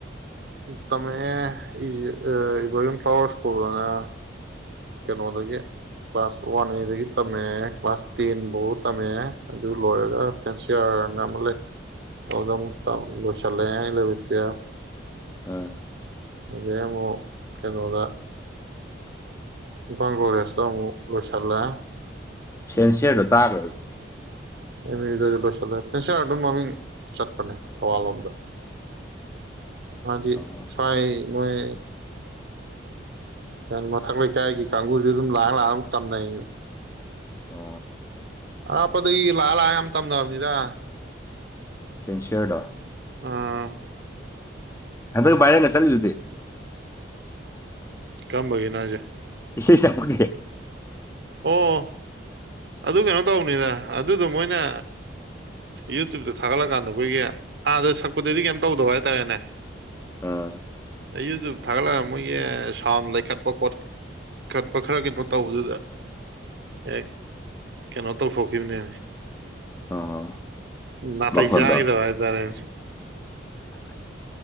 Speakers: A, on the right (about 65°); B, on the left (about 15°).
A: ꯇꯝꯃꯛꯑꯦ ꯑꯩꯦ ꯏꯕꯔꯔꯤꯡ ꯐ꯭ꯂꯥꯋꯔ ꯁ꯭ꯀꯨꯜꯗꯅ ꯀꯩꯅꯣꯗꯒꯤ ꯀ꯭ꯂꯥꯁ ꯋꯥꯟ ꯑꯦꯗꯒꯤ ꯇꯝꯃꯛꯑꯦ ꯀ꯭ꯂꯥꯁ ꯇꯦꯟ ꯐꯥꯎꯕ ꯇꯝꯃꯛꯑꯦ ꯑꯗꯨ ꯂꯣꯏꯔꯒ ꯐꯦꯟꯁꯤꯌꯥꯔꯅ ꯑꯃ ꯂꯩ ꯑꯗꯨꯗ ꯑꯃꯨꯛ ꯂꯣꯏꯁꯤꯜꯂꯛꯑꯦ ꯏꯂꯚꯦꯟ ꯇꯨꯋꯦꯜꯐ
B: ꯑꯥ
A: ꯑꯗꯦꯃꯣ ꯀꯦꯩꯅꯣꯗꯥ ꯕꯪꯒ꯭ꯂꯥꯗꯦꯁꯗ ꯑꯃ ꯂꯣꯏꯁꯥꯂꯦ
B: ꯁꯦꯟꯁꯤꯔꯗꯨ ꯇꯥꯈ꯭ꯔꯦ
A: ꯑꯦꯝꯗꯁꯨ ꯂꯣꯏꯁꯤꯜꯂꯦ ꯀꯦꯟꯁꯔ ꯑꯗꯨꯝ ꯃꯃꯤꯡ ꯆꯠꯄꯅꯦ ꯊꯧꯕꯥꯜ ꯂꯣꯝꯗ ꯗꯤ
B: ꯑꯥ
A: ꯁꯥꯏ ꯃꯣꯏ ꯀꯩ ꯍꯥꯏꯅꯤ ꯃꯊꯛ ꯂꯩꯀꯥꯏꯒꯤ ꯀꯥꯡꯕꯨꯁꯨ ꯑꯗꯨꯝ ꯂꯥꯛꯑ ꯂꯥꯛꯑ ꯑꯗꯨꯝ ꯇꯝꯅꯩ
B: ꯑ
A: ꯑꯄꯗꯨ ꯂꯥꯜ ꯍꯥꯏꯝ ꯇꯝꯗꯅꯤꯗ
B: ꯁꯦꯟꯁꯤꯌꯔꯗ
A: ꯎꯝ
B: ꯑꯗ ꯥꯏꯔ ꯅ ꯆꯜꯗꯨꯗꯤ
A: ꯀꯝꯕꯒꯅꯥꯖꯦ
B: ꯁꯦꯁ ꯑꯃꯅꯤꯦ
A: ꯑꯣ ꯑꯗꯨ ꯀꯩꯅꯣ ꯇꯧꯕꯅꯤꯗ ꯑꯗꯨꯗꯣ ꯃꯣꯏꯅ ꯌꯨꯇ꯭ꯕꯇ ꯊꯥꯒꯠꯂꯀꯥꯟꯗ ꯑꯩꯈꯣꯏꯒꯤ ꯑꯥꯗ ꯁꯛꯄꯗꯗꯤ ꯀꯩꯝ ꯇꯧꯗꯕ ꯍꯥꯏꯇꯥꯔꯦꯅꯦ
B: ꯑꯝ
A: ꯌꯨꯇꯨꯕ ꯊꯥꯒꯠꯂꯒ ꯃꯣꯏꯒꯤ ꯁꯥꯎꯟ ꯂꯩꯈꯠꯄ ꯈꯣꯠ ꯈꯠꯄ ꯈꯔ ꯀꯩꯅꯣ ꯇꯧꯕꯗꯨꯗ ꯑꯦ ꯀꯩꯅꯣ ꯇꯧꯊꯣꯛꯈꯤꯕꯅꯦ
B: ꯑꯥ
A: ꯅꯇꯩ
B: ꯃꯈꯣꯟꯗꯣ
A: ꯌꯥꯒꯗꯕꯥꯇꯥꯔꯦ